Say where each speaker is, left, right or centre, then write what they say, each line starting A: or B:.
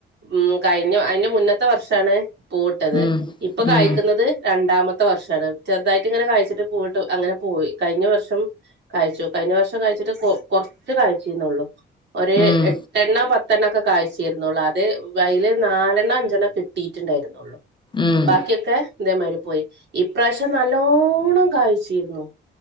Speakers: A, on the right; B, on the left.
A: ഉം കഴിഞ്ഞ അതിന്റെ മുന്ന മുന്നത്തെ വർഷാണ് പൂവ്ട്ടത്
B: ഉം
A: ഇപ്പൊ കായ്
B: ഉം
A: കിട്ടുന്നത് രണ്ടാമത്തെ വർഷാണ് ചെറുതായിട്ട് ഇങ്ങനെ കഴ്ച്ചിട്ട് പൂവ്ട്ട് അങ്ങനെ പോയി കഴിഞ്ഞ വർഷം കായ്ച്ചു കഴിഞ്ഞ വർഷം കായ്ച്ചിട്ട് കൊ കൊറച്ച് കായ്ച്ചിന്നൊള്ളു. ഒരു
B: ഉം
A: എട്ടെണ്ണ പത്തെണ്ണം ഒക്കെ കായ്ച്ചിരുന്നൊള്ളൂ അത് അയില് നാലെണ്ണ അഞ്ചെണ്ണ കി കിട്ടീട്ട്ണ്ടായിരുന്നുള്ളു
B: ഉം
A: ബാക്കിയൊക്കെ. ഇതേമാതിരി പോയി ഇപ്രാവശ്യം നല്ലോണം കാഴ്ചിരുന്നു.